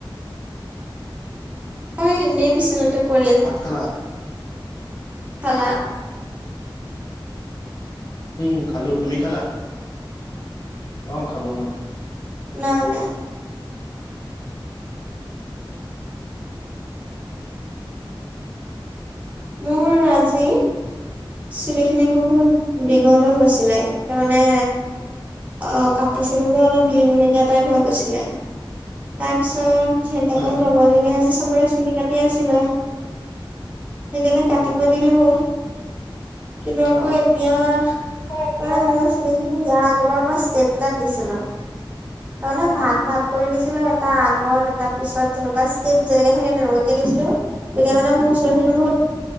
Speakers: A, on the right; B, on the left.
A: মই এই এনেই বিচনাতে পৰি আছোঁ।
B: ভাত খালা?
A: খালা?
B: উম খালো। তুমি খালা? অঁ খালো মই।
A: নাই নাই। মোৰ আজি চুলিখিনি বহুত
B: উম
A: দীঘল হৈ গৈছিলে। তাৰমানে অঁ কাটি
B: অ
A: ছিলো যে অলপ লিং লিঙীয়া টাইপ হৈ গৈছিলে। তাৰপিছত সেইকাৰণে
B: অ
A: লগৰ জনীয়ে আজি চবৰে চুলি কাটি আছিলে। সেইকাৰণে
B: উম
A: কাটিব দিলোঁ। কিন্তু আকৌ
B: অ
A: এতিয়া
B: এতিয়া
A: মানে মোৰ চুলি খিনি ইয়া এইবাৰ মই ষ্টেপ কাৰ্ড দিছিলোঁ। তাৰমানে
B: উম
A: ভাগ ভাগ কৰি দিছিলোঁ। এটা আগত এটা পিছত তেনেকুৱা ষ্টেপ যেনেকে থাকে তেনেকুৱাকে দিছিলোঁ। এতিয়া মানে মোৰ চুলি খিনি বহুত